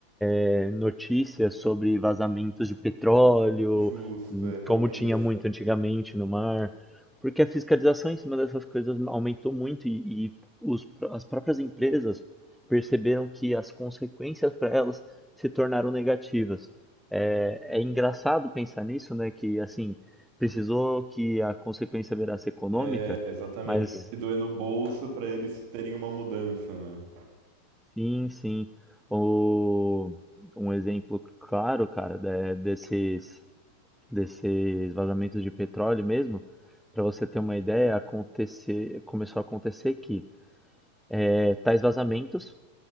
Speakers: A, in the centre; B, on the right.
A: é, notícias sobre vazamentos de petróleo,
B: justo, é realmente.
A: como tinha muito antigamente no mar, porque a fiscalização em cima dessas coisas aumentou muito e, e os, pró- as próprias empresas perceberam que as consequências para elas se tornaram negativas. É, é engraçado pensar nisso, né? Que assim precisou que a consequência virasse econômica,
B: É, exatamente.
A: mas
B: E doer no bolso para eles terem uma mudança, né?
A: sim, sim, o, um exemplo claro, cara, de- desses desses vazamentos de petróleo mesmo, para você ter uma ideia, acontecer, começou a acontecer que eh, tais vazamentos